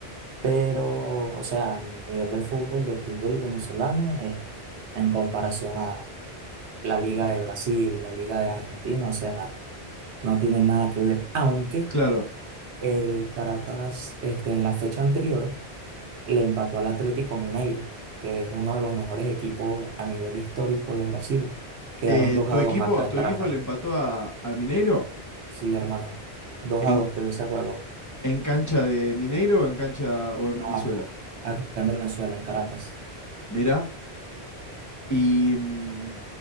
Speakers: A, on the right (about 80°); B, on the left (about 15°).
A: Pero, o sea, el nivel de fútbol de aquí del venezolano es en comparación a la Liga de Brasil, la Liga de Argentina, o sea, no tienen nada que ver. Aunque
B: Claro.
A: el Caracas, este, en la fecha anterior, le empató al Atlético Mineiro, que es uno de los mejores equipos a nivel histórico de Brasil. Quedaron
B: Eh,
A: 2
B: ¿tu
A: a
B: equipo,
A: 2 acá
B: tu
A: en Caracas.
B: equipo le empató a- al Mineiro?
A: Sí, hermano. dos
B: ¿En,
A: a 2 quedó ese juego.
B: en cancha de Mineiro o en cancha o en
A: No
B: Venezuela?
A: acá. Acá en Venezuela, en Caracas.
B: Mirá. Y, mm,